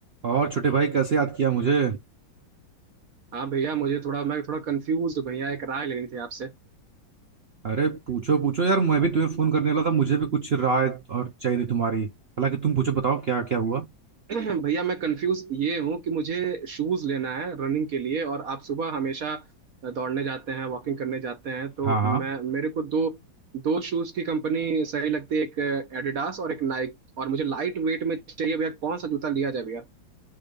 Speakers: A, on the right; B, on the right.
A: और छोटे भाई कैसे याद किया मुझे
B: हाँ भैया मुझे थोड़ा मैं थोड़ा कंफ्यूज हूँ भैया एक राय लेनी थी आपसे
A: अरे पूछो पूछो यार मैं भी तुम्हें फोन करने वाला था मुझे भी कुछ राय और चाहिए थी तुम्हारी हालांकि तुम पूछो बताओ क्या क्या हुआ
B: <clears throat> भैया मैं कंफ्यूज ये हूँ कि मुझे शूज लेना है रनिंग के लिए और आप सुबह हमेशा दौड़ने जाते हैं वॉकिंग करने जाते हैं तो
A: हाँ हाँ
B: मैं मेरे को दो दो शूज की कंपनी सही लगती है एक एडिडास और एक नाइक और मुझे लाइट वेट में चाहिए भैया कौन सा जूता लिया जाए भैया